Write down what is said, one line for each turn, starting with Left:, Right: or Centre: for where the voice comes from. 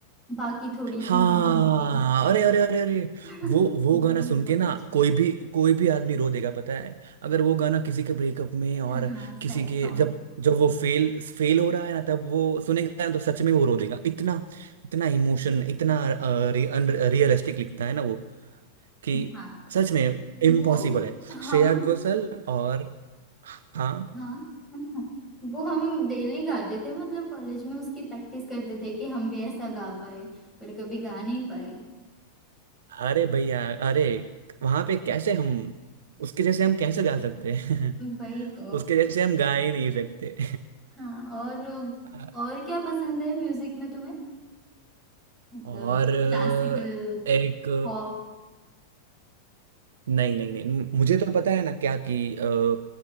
Centre: बाकी थोड़ी सी
Right: हाँ
Centre: है जिंदगी
Right: अरे अरे अरे अरे
Centre: <laughs>
Right: वो वो
Centre: वो
Right: गाना सुन
Centre: बहुत
Right: के ना
Centre: अच्छी
Right: कोई भी कोई भी आदमी रो देगा पता है अगर वो गाना किसी के ब्रेकअप में और
Centre: हाँ सैड
Right: किसी के
Centre: सॉन्ग
Right: जब जब वो फेल फेल हो रहा है ना तब वो सुनेगा ना तो सच में वो रो देगा इतना इतना इमोशन इतना रियलिस्टिक लिखता है ना वो कि
Centre: हाँ
Right: सच में इम्पॉसिबल
Centre: वो
Right: है
Centre: हम
Right: श्रेया घोषाल और हाँ
Centre: हाँ <laughs> वो हम डेली गाते थे मतलब कॉलेज में उसकी प्रैक्टिस करते थे कि हम भी ऐसा गा पाए पर कभी गा नहीं पाए
Right: अरे भैया अरे वहां पे कैसे हम उसके जैसे हम कैसे गा सकते हैं
Centre: वही तो
Right: उसके जैसे हम गा ही नहीं सकते
Centre: हाँ और
Right: <laughs>
Centre: और क्या पसंद है म्यूजिक में तुम्हें मतलब
Right: और अ,
Centre: क्लासिकल
Right: एक
Centre: पॉप
Right: नहीं नहीं नहीं म- मुझे तो पता है ना क्या कि अ,